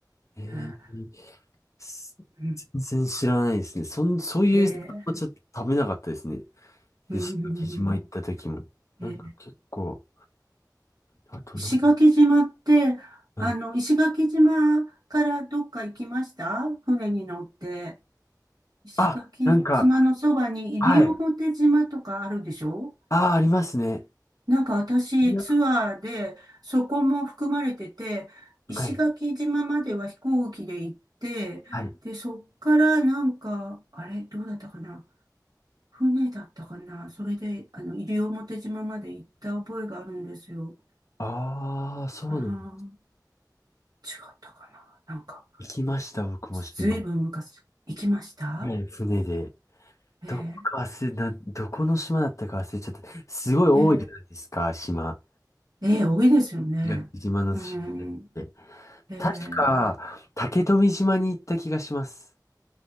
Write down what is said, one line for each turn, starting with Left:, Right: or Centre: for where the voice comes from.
Left: ええ
Right: え。
Left: す
Right: うん
Left: 全然知らないですね。そん、そういう魚はちょっと食べなかったですね。
Right: ええ
Left: 石垣島行った時も。
Right: うん、
Left: なんか結構、
Right: ええ
Left: あと何ん、
Right: 石垣島って、
Left: はい。
Right: あの、石垣島からどっか行きました船に乗って。石垣島のそばに西表島とかあるでしょ
Left: あ、なんか、はい。ああ、ありますね。
Right: なんか私、
Left: い
Right: ツアーで、そこも含まれてて、石垣島までは飛行機で行って、
Left: やはい。はい。
Right: で、そっからなんか、あれ、どうだったかな船だったかなそれで、あの、西表島まで行った覚えがあるんですよ。
Left: ああ、そうなんだ。
Right: ああ、違ったかな。なんか、
Left: 行きました、僕も島。
Right: ずいぶん昔行きました
Left: はい、船で。
Right: ええ、
Left: どこか忘れ、な、どこの島だったか忘れちゃった。すごい多いじゃないですか、
Right: ええ、
Left: 島。
Right: ええ、多いですよね。
Left: 石垣島の島って。
Right: うん、ええ、
Left: 確か、竹富島に行った気がします。